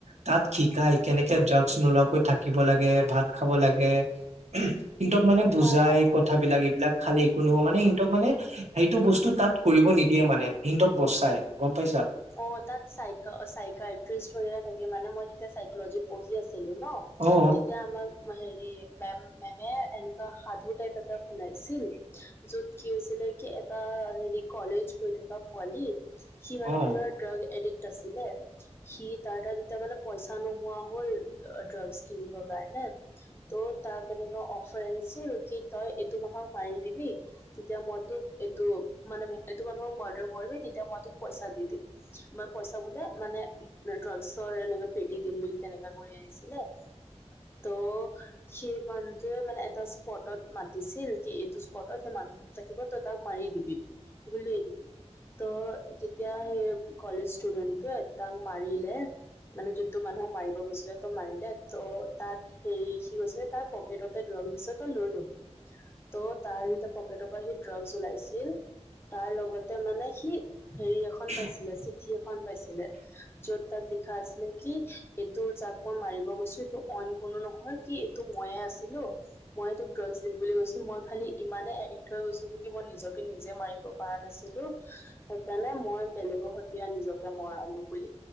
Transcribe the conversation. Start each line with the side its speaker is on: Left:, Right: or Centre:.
Right: তাত শিকায় কেনেকে যাওঁকচোন ওলোৱাকৈ থাকিব লাগে ভাত। খাব লাগে কিন্তু মানে বুজাই
Left: অ'।
Right: ক। কথাবিলাক এইবিলাক খালি একো নহ মানে ইহঁতক মানে। সেইটো বস্তু তাত কৰিব নিদিয়ে মানে সিহঁতক বচাই গম পাইছা।
Left: অঁ তাত চাইক চাইকট্ৰিষ্টে থাকে মানে মই যেতিয়া চাইকলজিত পঢ়ি আছিলো ন।
Right: অ
Left: তেতিয়া আমাক হেৰি মেম মেমে এনেকুৱা সাধু টাইপ এটা শুনাইছিল। যত কি হৈছিলে কি এটা হেৰি কলেজ গৈ থকা। পোৱালী সি মানে
Right: অ
Left: পুৰা ড্ৰাগ এডিক্ট আছিলে। সি তাৰ তাত তেতিয়া মানে পইচা নোহোৱা হল ড্ৰাগছ কিনিবৰ কাৰণে। ত' তাৰ এনেকুৱা অফাৰ আহিছিল কি তই এইটো মাহক মাৰি দিবি। তেতিয়া মই তোক এইটো মানে এইটো মানুহক মাৰ্ডাৰ কৰিবি তেতিয়া মই তোক পইচা দি দিম। মই পইচা বোলে মানে ড্ৰাগছৰ এনে পেটি দিম বুলি তেনেকা কৰি আহঁ। দিলে, ত। সেই মানুহটোৱে মানে এটা স্পটত মাতিছিল কি এইটো স্পটত সেই মানুহ। থাকিব তই তাক মাৰি দিবি, গুলিয়াই দিবি ত যেতিয়া সেই- কলেজ ষ্টুডণ্টট তাক মাৰিলে। মানে যোনটো মানুহক মাৰিব গৈছিলে তো মাৰিলে ত' তাত। হেৰি সি কৈছে তাৰ পকেটতে ড্ৰাগছ আছে তই লৈ ল'বি। ত' তাৰ যেতিয়া পকেটৰ পৰা সি ড্ৰাগছ ওলাইছিল। তাৰ লগতে মানে সি হেৰি। এখন
Right: উম।
Left: পাইছিলে
Right: <inaudible>
Left: চিঠি এখন পাইছিলে। য'ত তাত লিখা আছিলে কি এইটো যাক মই মাৰিব গৈছো এইটো অইন কোনো নহয় কি। তো মইয়ে আছিলো। মই তোক ড্ৰাগছ দিম বুলি কৈছিলো মই খালি ইমানে এডিক্ট হৈ গৈছিলো কি মই নিজকে নিজে মাৰিব। কৰা নাছিলো সেইকাৰণে মই বেলেগৰ সতীয়া নিজকে মৰালো বুলি।